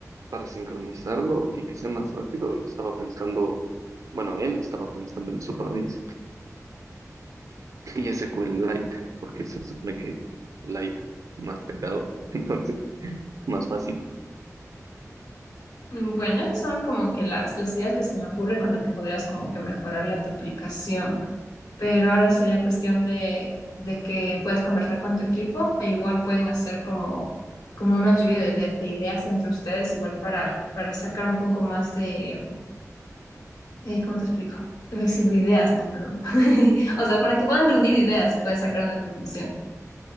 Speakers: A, on the right (about 65°); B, on the left (about 85°).
A: para sincronizarlo y que sea más rápido, le estaba pensando, bueno, él estaba pensando en su país y ese fue el light, porque se supone que light más delgado, <laughs> entonces. Más fácil,
B: Mm, Bueno, esas son como que las, las ideas que se me ocurre con las que podrías como que mejorarle a tu aplicación. Pero ahora sería cuestión de, de que puedas conversar con tu equipo e igual pueden hacer como, como una lluvia de, de- de ideas entre ustedes, igual para, para sacar un poco más de, eh, ¿cómo te explico? Es decir, de ideas, no, perdón. <laughs> O sea, para que puedan reunir ideas y poder sacar una conclusión.